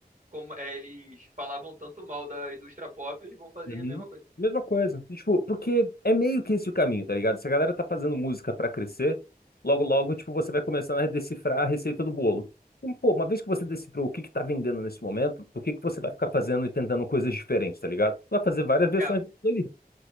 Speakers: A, on the right (about 50°); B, on the left (about 70°).
A: como, é, eles falavam tanto mal da indústria pop, eles vão fazer
B: Uhum.
A: a mesma coisa.
B: Mesma coisa. E, Tipo, porque é meio que esse o caminho, tá ligado? Se a galera tá fazendo música pra crescer, logo logo, tipo, você vai começando a decifrar a receita do bolo. E, pô, uma vez que você decifrou o que que tá vendendo nesse momento, por que que você vai ficar fazendo e tentando coisas diferentes, tá ligado? Vai fazer várias versões
A: É,
B: daquilo ali.